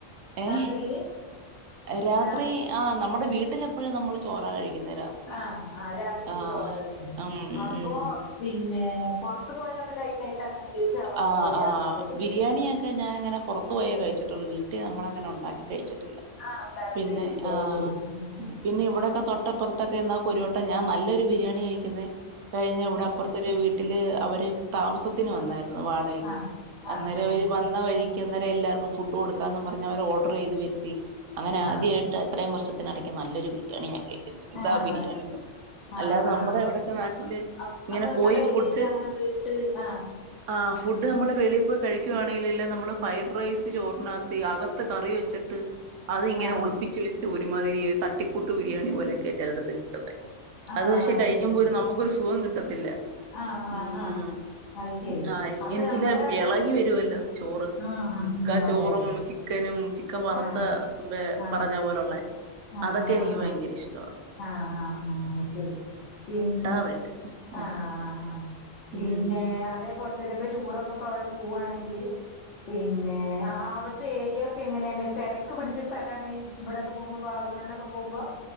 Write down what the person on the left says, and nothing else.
രാത്രിയില്
രാ
ആഹ് ആഹ് രാത്രിയില്
ചോറാ കഴിക്കണേ
അപ്പൊ
പിന്നെ പൊറത്ത് പോയ പ്പ ലൈറ്റ്- ആയിട്ട് അങ്ങനെ എന്തേലും ഷവർമ്മ
പോലെ
അങ്ങനെ എന്തേലുമൊക്കെ
കഴിക്കും
ആഹ് ഉണ്ടാക്കി
വെച്ചിട്ടില്ലേ
അത് ശരി ആഹ്
ആഹ് ആഹ്
ആഹ്
ആഹ്
ആഹ്
അത് ശ
ആഹ്
ആഹ്
അപ്
അപ്പൊ നിങ്ങളെ
ഏരിയേല് അങ്ങനെ വീട്ട് ആഹ്
ആഹ്
ആഹ്
ശരി
ആഹ് ആഹ്
ആഹ് അയ് ശരി
അപ്പൊ
നമ്മള് അത്
ആഹ് ആഹ് ഉം
അതെ അതെ
ആഹ്
ആഹ്
ആഹ് ആഹ്
ആഹ് ആഹ് ആഹ് അയ് ശരി പിന്നെ
ആഹ് ആഹ് ആഹ് പിന്നെ
അതേപോലെ തന്നെ ഇപ്പൊ ടൂറൊക്കെ ഇപ്പ അവിടെ പൂവ്വാണെങ്കില് പിന്നെ അ അവ്ട്ത്തെ ഏരിയൊക്കെ എങ്ങനെയാണ് തെരക്ക് പിടിച്ച സ്ഥലാണ് ബടെക്കെ പോവുമ്പോ വാഗമണ്ണൊക്കെ പോവുമ്പോ